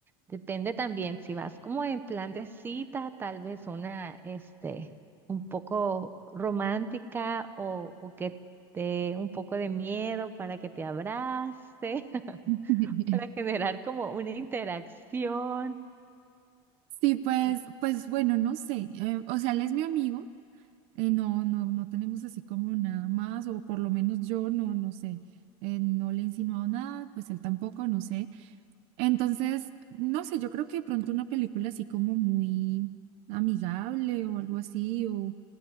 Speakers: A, on the right (about 15°); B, on the right (about 55°).
A: depende también, si vas como en plan de cita, tal vez una, este, un poco romántica o, o que te dé un poco de miedo para que te abrace, <laughs>
B: <laughs>
A: para generar como una interacción.
B: Sí, pues,
A: Fí-
B: pues bueno, no sé. eh, o sea, él es mi amigo. eh, no, no, no tenemos así como nada más, o por lo menos yo no, no sé. eh, no le he insinuado nada, pues él tampoco, no sé. Entonces, no sé, yo creo que de pronto una película así como muy amigable o algo así, o